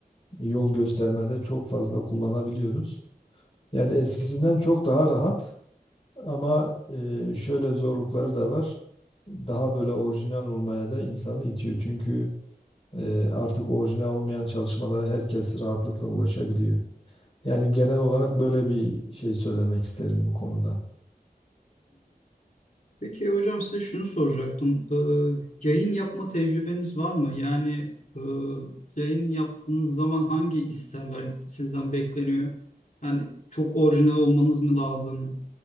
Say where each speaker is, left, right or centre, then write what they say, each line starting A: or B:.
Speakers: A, on the left (about 35°); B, on the left (about 50°).
A: yol göstermede çok fazla kullanabiliyoruz. Yani eskisinden çok daha rahat ama e, şöyle zorlukları da var. Daha böyle orijinal olmaya da insanı itiyor. Çünkü e, artık orijinal olmayan çalışmalara herkes rahatlıkla ulaşabiliyor. Yani genel olarak böyle bir şey söylemek isterim bu konuda.
B: Peki hocam size şunu soracaktım. Ee, yayın yapma tecrübeniz var mı? Yani e, yayın yaptığınız zaman hangi isterler sizden bekleniyor? Yani çok orijinal olmanız mı lazım?